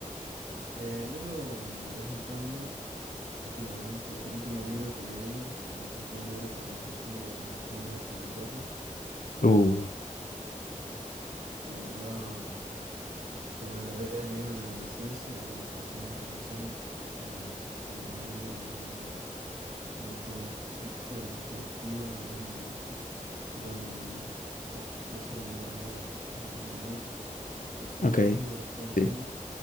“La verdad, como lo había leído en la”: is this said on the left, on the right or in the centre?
Right